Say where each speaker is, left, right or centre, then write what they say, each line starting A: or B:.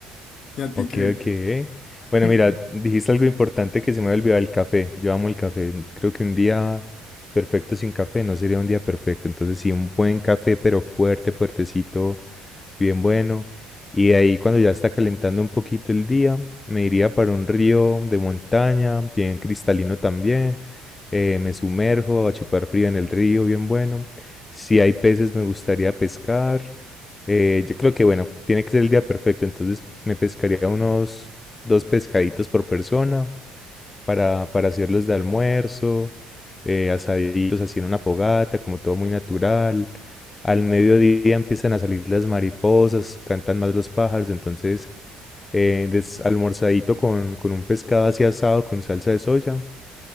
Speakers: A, on the left; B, on the left.
A: ¿Y a ti
B: Ok,
A: qué?
B: ok. Bueno,
A: <laughs>
B: mira, dijiste algo importante que se me había olvidado, el café. Yo amo el café. Creo que un día perfecto sin café no sería un día perfecto. Entonces, sí, un buen café, pero fuerte, fuertecito bien bueno. Y de ahí cuando ya está calentando un poquito el día, me iría para un río de montaña, bien cristalino también. eh, me sumerjo a chupar frío en el río, bien bueno. Si hay peces, me gustaría pescar. eh, yo creo que, bueno, tiene que ser el día perfecto, entonces me pescaría unos dos pescaditos por persona para, para hacerlos de almuerzo, eh, asaditos así en una fogata, como todo muy natural. Al mediodía empiezan a salir las mariposas, cantan más los pájaros, entonces eh, des- almorzadito con, con un pescado así asado con salsa de soya,